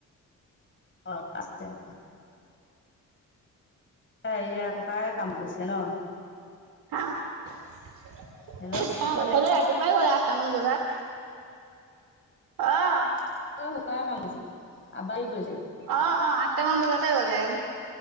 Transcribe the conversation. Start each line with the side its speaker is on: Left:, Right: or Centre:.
Left: <unintelligible> এ এয়া ককায়ে কাম কৰিছে ন?
Right: অ'
Left: হেল্ল'
Right: গ'লে ৰাতিপুৱাই গ'লে আঠটামান বজাত। অঁ,
Left: ককায়ে কাম কৰিছে আবায়ো গৈছে
Right: অ' অ' আঠটামান বজাত ক গ'লে।